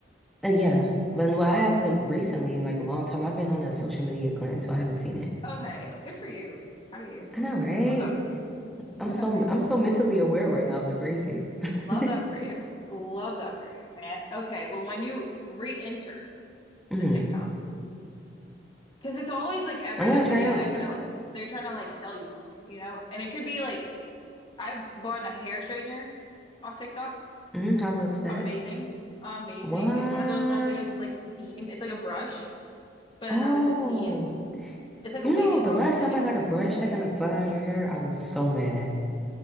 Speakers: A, in the centre; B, on the left.
A: Uh, yeah, but well, I haven't recently in like a long time. I've been on a social media cleanse, so I haven't seen it.
B: Okay. Good for you. How do you?
A: I know, right?
B: Love that for you. Love
A: I'm so
B: that for you.
A: I'm so mentally aware right now. It's crazy. <laughs>
B: Love that for you. Love that for you, man. Okay, well, when you re-enter
A: hmm
B: the TikTok, because it's always like every
A: I'm
B: other
A: gonna
B: video,
A: try it out.
B: they're trying to like s- they're trying to like sell you something, you know? And it could be like I've bought a hair straightener off TikTok.
A: hmm How was that?
B: Amazing. Amazing.
A: What?
B: It's one of those ones that uses like steam. It's like a brush, but
A: Oh,
B: it has like the steam. It's like
A: you
B: a wavy
A: know,
B: talk
A: the last
B: steam.
A: time I got a brush that can like flat iron your hair, I was so mad.